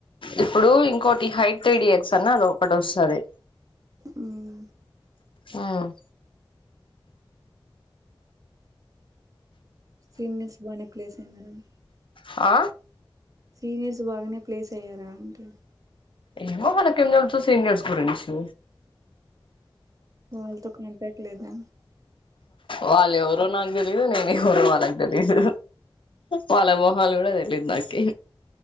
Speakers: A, on the left; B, on the right.
A: ఇప్పుడు ఇంకోటి హైట్ త్రీడి ఎక్స్ అని అదికటి వస్తది.
B: ఉమ్
A: ఉమ్
B: సీనియర్స్ బానే ప్లేస్ అయింది మేడం
A: ఆ
B: సీనియర్స్ బాగానే ప్లేస్ అయ్యారా అంటి
A: ఏమో మనకేం తెల్సు సినియర్స్ గురించి
B: వాళ్ళతో కంఫర్ట్ లేదా
A: వాళ్ళ ఎవరో నాకు తెలీద, నేను ఎవరో వాళ్ళకి తెలీదు. వాళ్ళ మోహల్ గుడా తెలిదు నాకి.